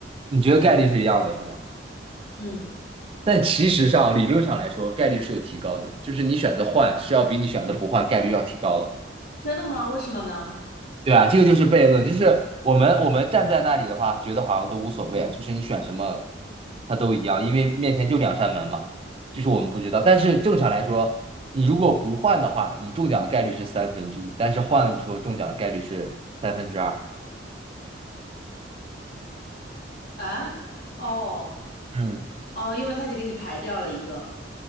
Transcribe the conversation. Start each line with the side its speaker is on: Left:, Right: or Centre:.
Right: 你觉得概率是一样的，是吗？
Left: 嗯，
Right: 但其实上理论上来说，概率是有提高的，就是你选择换是要比你选择不换概率要提高了。
Left: 真的吗？为什么呢？
Right: 对啊，这个就是悖论，就是我们我们站在那里的话，觉得好像都无所谓，就是你选什么，它都一样，因为面前就两扇门嘛，就是我们不知道。但是正常来说，你如果不换的话，你中奖的概率是三分之一，但是换了之后中奖的概率是三分之二。
Left: 啊，哦，
Right: 嗯
Left: 哦，因为他已经给你排掉了一个，